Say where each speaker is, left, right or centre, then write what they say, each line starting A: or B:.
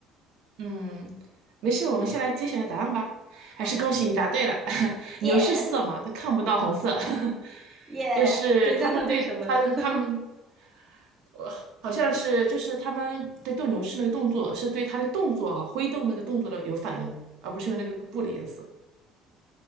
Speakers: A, on the right (about 75°); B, on the right (about 30°).
A: 嗯，没事，我们先来揭晓一下答案吧。还是恭喜你答对了，
B: 好的，
A: <laughs>
B: 耶
A: 牛是色盲，它看不到红色，<laughs>
B: 耶，
A: 就是他们对他的他们
B: 对，那他为什么？<laughs>
A: 呃好像是就是他们对斗牛士那个动作是对他那个动作啊挥动那个动作的有反应，而不是因为那个布的颜色。